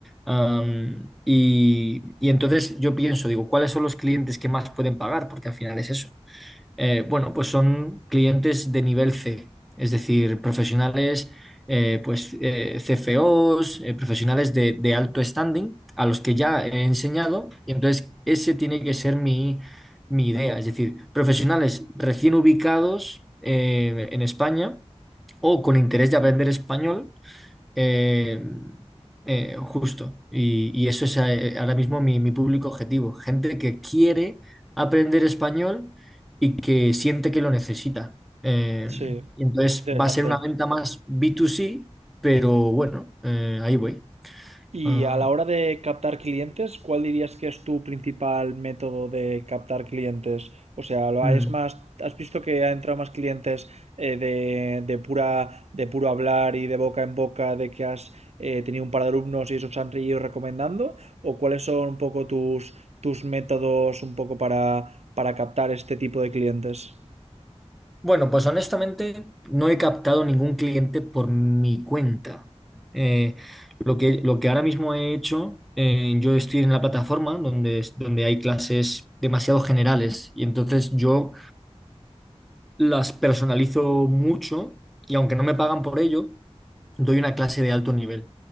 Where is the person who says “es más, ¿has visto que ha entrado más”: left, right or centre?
Right